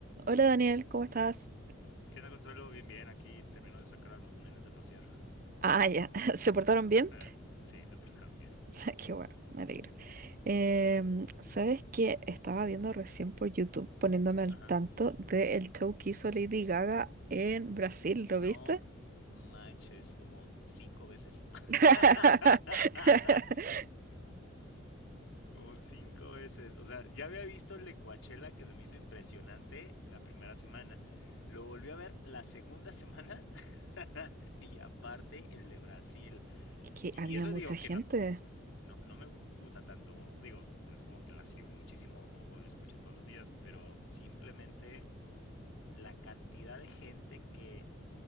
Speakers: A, on the right; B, on the left.
A: Hola Daniel, ¿cómo estás?
B: ¿Qué onda, Consuelo? Bien, bien. Aquí termino de sacar a los nenes de pasear.
A: Ah, ya, <laughs> ¿se portaron bien?
B: <laughs> Sí, se portaron bien.
A: <laughs> Qué bueno, me alegro. Em, ¿sabes qué? Estaba viendo recién por YouTube poniéndome al
B: Ajá.
A: tanto del show que hizo Lady Gaga en Brasil,
B: No
A: ¿lo viste?
B: manches, como cinco veces. <laughs>
A: <laughs>
B: Como cinco veces. O sea, ya había visto el de Coachella que se me hizo impresionante la primera semana. Lo volví a ver la segunda semana <laughs> y aparte el de Brasil.
A: Es que
B: Y,
A: había
B: y eso
A: mucha
B: digo
A: gente,
B: que no, No, no me gusta tanto, digo, no es como que la sigo muchísimo o, o lo escuche todos los días, pero simplemente la cantidad de gente que,